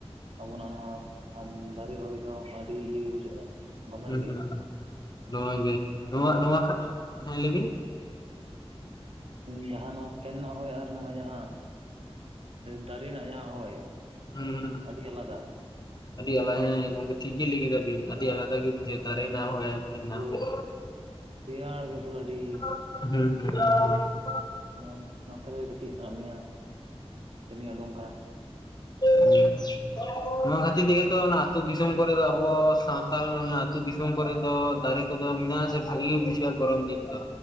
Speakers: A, on the right (about 65°); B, on the left (about 40°).
A: ᱟᱵᱚᱱᱟᱜ ᱚᱱᱟ ᱦᱚᱸ ᱡᱟᱦᱟᱸ ᱫᱟᱨᱮ ᱦᱚᱭ ᱫᱚ ᱟᱹᱰᱤ ᱤᱭᱟᱹ ᱜᱮ ᱵᱩᱡᱷᱟᱹᱜᱼᱟ ᱜᱚᱢᱮᱲ
B: ᱦᱩᱸ
A: ᱜᱮ
B: ᱦᱩᱸ ᱱᱚᱣᱟ ᱜᱮ
A: ᱦᱚᱭ
B: ᱱᱚᱣᱟ
A: ᱫᱚ
B: ᱱᱚᱣᱟ ᱠᱷᱟ ᱦᱮᱸ ᱞᱟᱹᱭ ᱵᱤᱱ
A: ᱦᱮᱸ, ᱡᱟᱦᱟᱸ ᱱᱚᱣᱟ ᱯᱷᱮᱱ ᱨᱮᱱᱟᱜ ᱦᱳᱭ ᱟᱨ ᱱᱚᱣᱟ ᱡᱟᱦᱟᱸ ᱫᱟᱨᱮ ᱨᱮᱱᱟᱜ ᱡᱟᱦᱟᱸ ᱦᱚᱭ
B: ᱦᱩᱸᱻ
A: ᱟᱹᱰᱤ ᱟᱞᱟᱫᱟ
B: ᱟᱹᱰᱤ ᱟᱞᱟᱫᱟ ᱦᱮᱸ ᱜᱚᱝᱠᱮ ᱴᱷᱤᱠ ᱜᱮ ᱞᱟᱹᱭ ᱠᱮᱫᱟ ᱵᱤᱱ ᱟᱹᱰᱤ ᱟᱞᱟᱫᱟ ᱜᱮ ᱵᱩᱡᱷᱟᱹᱜᱼᱟ ᱫᱟᱨᱮ
A: ᱟᱨ
B: ᱨᱮᱱᱟᱜ ᱦᱚᱭ ᱟᱨ ᱯᱷᱮᱱ ᱨᱮᱱᱟᱜ
A: ᱯᱩᱨᱟᱹ
B: ᱦᱚᱭ᱾
A: ᱨᱮᱭᱟᱲ ᱜᱮ ᱯᱩᱨᱟᱹ ᱟᱹᱰᱤ
B: <unintelligible>
A: ᱚ ᱱᱚᱛᱮᱨᱮ ᱠᱟᱹᱴᱤᱡ ᱢᱮᱱᱟᱜ ᱞᱤᱧᱟᱹ ᱛᱮᱞᱤᱧ ᱳᱸᱰᱳᱝ ᱠᱟᱱᱟ᱾
B: <unintelligible> ᱱᱚᱣᱟ ᱠᱷᱟᱹᱛᱤᱨ ᱛᱮᱜᱮ ᱛᱚ ᱚᱱᱟ ᱟᱹᱛᱩ ᱫᱤᱥᱚᱢ ᱠᱚᱨᱮ ᱫᱚ ᱟᱵᱚ ᱥᱟᱶᱛᱟᱞ ᱚᱱᱟ ᱟᱹᱛᱩ ᱫᱤᱥᱚᱢ ᱠᱚᱨᱮ ᱫᱚ ᱫᱟᱨᱮ ᱡᱚᱫᱚ ᱢᱮᱱᱟᱜ-ᱟ ᱥᱮ ᱵᱷᱟᱹᱜᱤ ᱵᱩᱡᱷᱟᱹᱜ-ᱟ ᱜᱚᱨᱚᱢ ᱫᱤᱱ ᱫᱚ᱾